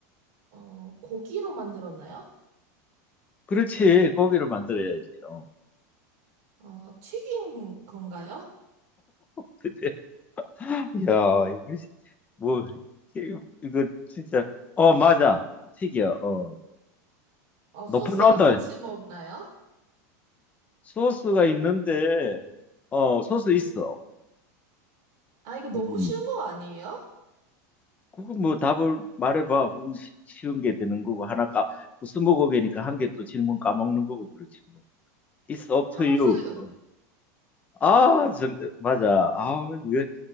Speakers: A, on the right; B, on the left.
A: 어, 고기로 만들었나요?
B: 그렇지. 고기를 만들어야지. 어.
A: 어, 튀긴 건가요?
B: 근데, <laughs> 야, 이거, 시- 뭐, 이거, 이거 진짜, 어, 맞아. 튀겨. 어.
A: 아,
B: 높은
A: 소스랑
B: 온도,
A: 같이 먹나요?
B: 소스가 있는데, 어, 소스 있어.
A: 아, 이거 너무
B: 음.
A: 쉬운 거 아니에요?
B: 그거 뭐 답을 말해봐. 그럼 쉬- 쉬운 게 되는 거고, 하나 까, 뭐 스무고개니까 한 개 또 질문 까먹는 거고, 그렇지 뭐. It's up
A: 탕수육.
B: to you. 어. 아, 정, 맞아. 아, 이